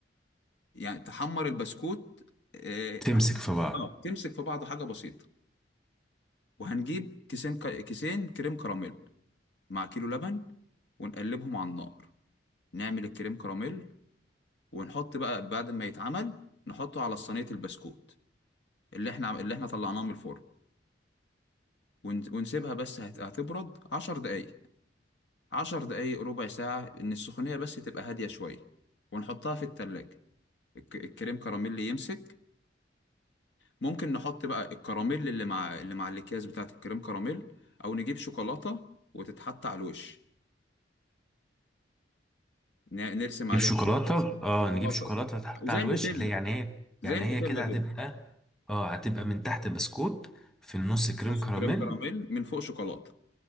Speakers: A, on the left; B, in the centre.
A: يعني تحمر البسكوت اه
B: تمسك في بعض
A: آه، تمسك في بعضه حاجة بسيطة وهنجيب كيسين ك- كيسين كريم كراميل مع كيلو لبن ونقلبهم على النار نعمل الكريم كراميل ونحط بقى بعد ما يتعمل نحطه على صينية البسكوت اللي احنا اللي احنا طلعناه من الفرن ون- ونسيبها بس هت- هتبرد عشر دقايق عشر دقايق ربع ساعة إن السخونية بس تبقى هادية شوية ونحطها في التلاجة الك- الكريم كراميل اللي يمسك ممكن نحط بقى الكراميل اللي مع اللي مع الأكياس بتاعة الكريم كراميل أو نجيب شوكولاتة وتتحط على الوش ن- نرسم عليها
B: نجيب شوكولاته اه
A: شوكولاتة
B: نجيب شوكولاته تحط
A: زي
B: على
A: النوتيلا
B: الوش اللي هي يعني هي
A: زي
B: يعني
A: النوتيلا
B: هي كده
A: كده
B: هتبقى اه هتبقى من تحت بسكوت في النص كريم
A: نص
B: كراميل
A: كريم كراميل من فوق شوكولاته